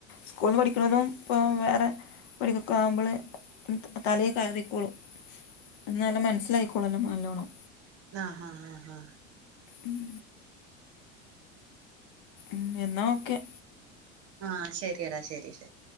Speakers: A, on the left; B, on the right.
A: സ്കൂള്ന്ന് പഠിക്ണതും ഇപ്പം വേറെ പടിക്കൊക്കെ ആവുമ്പള് തലേ കയറിക്കോളും. എന്ന നല്ല മനസ്സിലായിക്കോള്ളല്ലോ നല്ലോണ്ണം.
B: ആഹ് ഹാ ഹാ ഹാ.
A: ഉം ഉം എന്നാ ഓക്കെ.
B: ആഹ് ശരിയടാ ശരി ശരി.